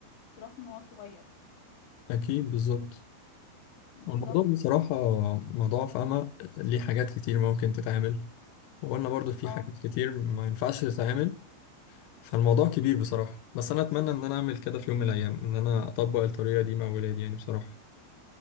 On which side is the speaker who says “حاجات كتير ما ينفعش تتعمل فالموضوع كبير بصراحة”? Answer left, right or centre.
Left